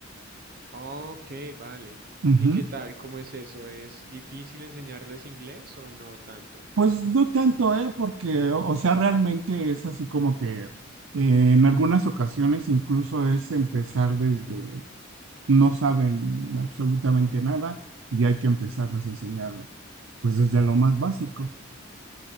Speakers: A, on the right (about 50°); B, on the right (about 70°).
A: Ok, vale.
B: Ujú.
A: ¿Y qué tal? ¿Cómo es eso? ¿Es difícil enseñarles inglés o no tanto?
B: Pues no tanto, ¿eh? Porque, o sea, realmente es así como que eh, en algunas ocasiones incluso es empezar desde, no saben absolutamente nada y hay que empezarles a enseñar, pues desde lo más básico.